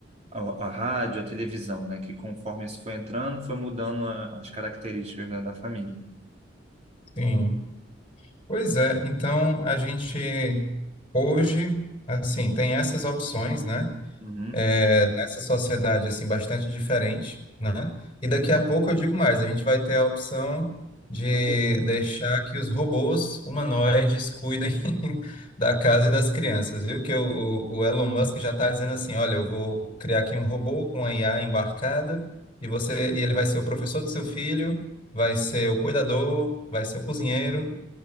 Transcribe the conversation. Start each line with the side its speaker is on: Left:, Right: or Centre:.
Right: a, a rádio, a televisão, né, que conforme isso foi entrando, foi mudando a- as características, né, da família.
Left: Sim. Pois é, então a gente hoje, assim, tem essas opções, né?
Right: Uhum.
Left: é, nessa sociedade assim bastante diferente, né? E daqui a pouco eu digo mais, a gente vai ter a opção de
Right: tudo.
Left: deixar que os robôs humanoides cuidem <laughs> da casa e das crianças, viu? Que o, o Elon Musk já está dizendo assim, olha, eu vou criar aqui um robô com a IA embarcada e você e ele vai ser o professor do seu filho, vai ser o cuidador, vai ser o cozinheiro,